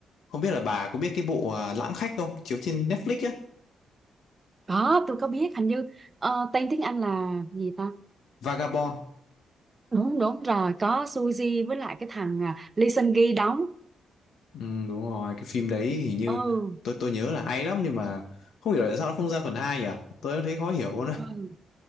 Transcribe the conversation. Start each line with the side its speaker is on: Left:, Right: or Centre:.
Left: không biết là bà có biết cái bộ ờ, Lãng Khách không chiếu trên Netflix á
Right: có tôi có biết hình như ờ, tên tiếng Anh là gì ta
Left: Vagabond
Right: đúng đúng rồi có Suzy với lại cái thằng à, Lee Seung Gi đóng
Left: ừ, đúng rồi cái phim đấy hình như
Right: ừ
Left: tôi tôi nhớ là hay lắm nhưng mà không hiểu tại sao nó không ra phần 2 nhỉ tôi cũng thấy khó hiểu
Right: ừ.